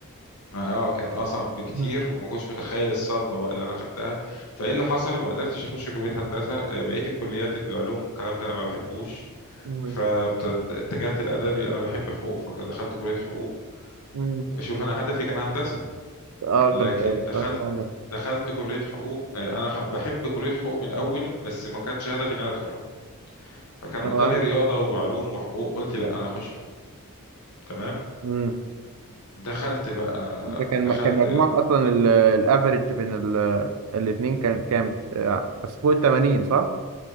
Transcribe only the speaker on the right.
امم
امم
امم
اه كنت
بقول-
كنت بقول-
أنا
معاك
امم
ده كان
كان مجموعك اصلا الافريج بين ال- الاتنين كان كام آه، بس فوق ال 80 صح؟